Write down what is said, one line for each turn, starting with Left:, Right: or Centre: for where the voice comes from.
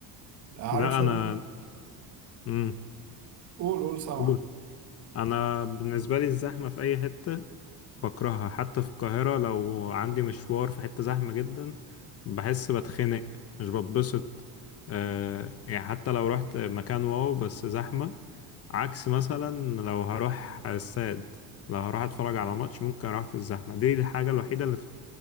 Right: عارف
Left: لا
Right: شو-
Left: انا امم
Right: قول قول سمع
Left: قول انا بالنسبة لي الزحمة في اي حتة بكرهها حتى في القاهرة لو عندي مشوار في حتة زحمة جدا بحس بتخنق مش بتبسط أه يعني حتى لو رحت مكان واو بس زحمة عكس مثلا لو هروح استاد لو هروح اتفرج على ماتش ممكن اروح في الزحمة دي الحاجة الوحيدة اللي